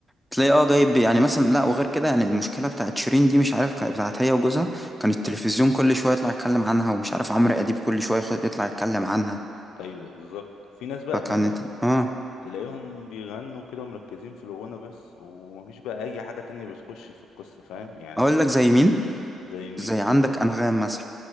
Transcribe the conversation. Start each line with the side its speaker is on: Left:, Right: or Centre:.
Centre: تلاقي اه جايب يعني مثلا لا وغير كده يعني المشكله بتاعت شيرين دي مش عارف كانت بتاعت هي وجوزها كان التلفزيون
Left: آه.
Centre: كل شويه يطلع يتكلم عنها ومش عارف عمرو اديب كل شويه يخ- يطلع يتكلم عنها
Left: ايوه بالظبط في ناس بقى
Centre: فكانت
Left: تانية
Centre: اه
Left: تلاقيهم بيغنوا كده مركزين في الغنى بس ومفيش بقى اي حاجه تانية بتخش في القصه فاهم يعني
Centre: اقول
Left: ما بيدخل
Centre: لك زي مين
Left: زي مين
Centre: زي عندك انغام مثلا